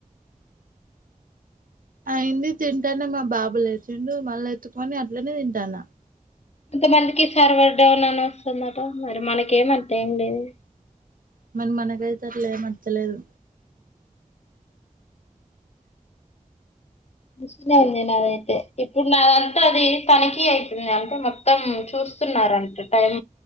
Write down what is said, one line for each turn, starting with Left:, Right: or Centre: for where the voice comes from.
Right: అయింది తింటాన మా బాబు లేచిండు మల్ల ఎత్తుకొని అట్లానే తింటాన
Left: ఇంతమందికి సర్వర్ డౌన్ అని వస్తుందంట మరి మనకేమంత ఏం లేదు
Right: మరి మనదైతే అట్లా ఎం మచ్చలేదు
Left: మషనే ఉంది నాదైతే ఇప్పుడు నా అంతలో అది తనిఖీ అవుతుంది అంటే మొత్తం చూస్తున్నారు అంట టైం